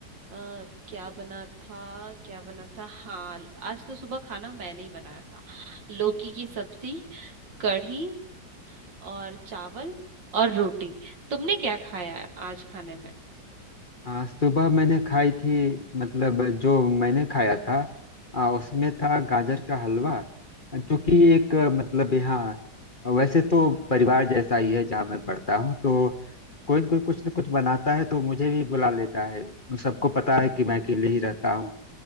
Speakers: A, on the right; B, on the left.
A: अ क्या बना था क्या बना था हाँ आज तो सुबह खाना मैंने ही बनाया था लौकी की सब्जी कढ़ी और चावल और रोटी तुमने क्या खाया आज खाने में
B: आ, सुबह मैंने खाई थी मतलब जो मैंने खाया था आ, उसमें था गाजर का हलवा जो कि एक आ, मतलब यहाँ वैसे तो परिवार जैसा ही है जहाँ मैं पढ़ता हूँ तो कोई न कोई कुछ न कुछ बनाता है तो मुझे भी बुला लेता है सबको पता है कि मैं अकेले ही रहता हूँ